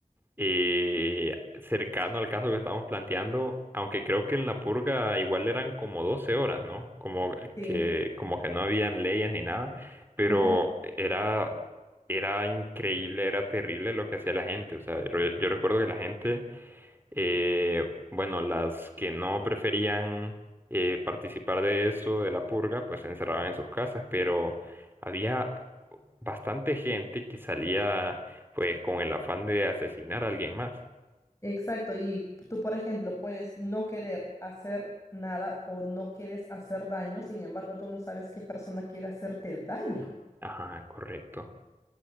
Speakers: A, on the right; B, on the left.
A: eh, cercano al caso que estamos planteando, aunque creo que en la purga igual eran como 12 horas, ¿no? Como
B: Sí.
A: que, como que no habían leyes ni nada, pero
B: Ajá,
A: era, era increíble, era terrible lo que hacía la gente. O sea, yo, yo recuerdo que la gente eh, bueno, las que no preferían eh, participar de eso, de la purga, pues se encerraban en sus casas, pero había bastante gente que salía pues con el afán de asesinar a alguien más.
B: Exacto, y tú, por ejemplo, puedes no querer hacer nada o no quieres hacer daño, sin embargo, tú no sabes qué persona quiere hacerte daño.
A: Ajá, correcto.